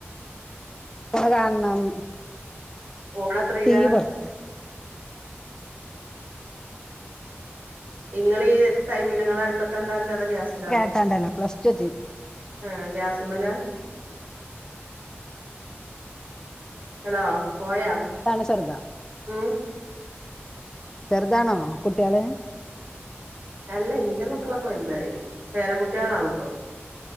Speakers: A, on the left (about 15°); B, on the right (about 50°).
A: ഓളെ കാണണം
B: ഓളെത്രീലാ
A: ടി വി കൊറക്ക
B: ഇങ്ങള് ഈ ടൈമില് ഇങ്ങള് അട്പ്പത്തണ്ടാക്കാ അതാ ഗ്യാസ്
A: കേട്ടാണ്ടല്ലൊ പ്ലസ് ടു എത്തി
B: ആഹ് ഗ്യാസ്മ്മലാ ഹലോ പോയോ
A: താണ് ചെറ്താ
B: ഉം
A: ചെറ്താണോ കുട്ടിയാള്
B: അല്ല ഇന്റെ മക്കളൊക്കെ വൽതായി പേര കുട്ടിയാളാണിപ്പൊ